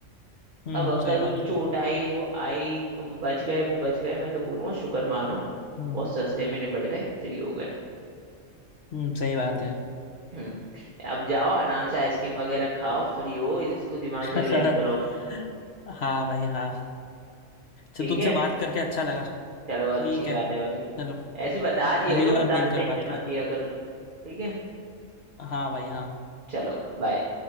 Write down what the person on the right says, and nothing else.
अब अंकल
को
जो
चोट आई वो आई तुम बच गए वो बच गए मैं तो बोलूंगा शुक्र मानो
बहुत सस्ते में निपट गए फ्री हो गए
हम्म अब जाओ आराम से आइसक्रीम वगैरह खाओ फ्री हो इसको दिमाग से
रिलैक्स करो
ठीक
है
चलो अच्छी
बात
है भाई
ऐसे बता दिया
करो
ज्यादा
टेंशन
मत लिया करो ठीक है
चलो बाय